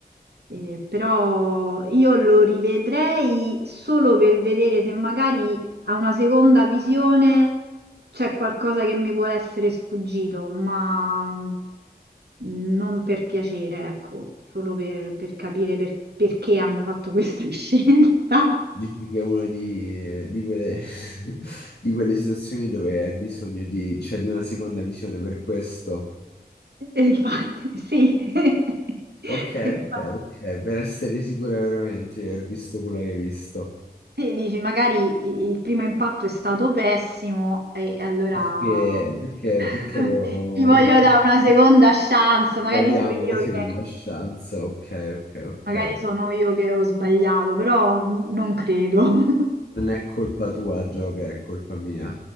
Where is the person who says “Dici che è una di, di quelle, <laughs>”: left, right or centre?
Left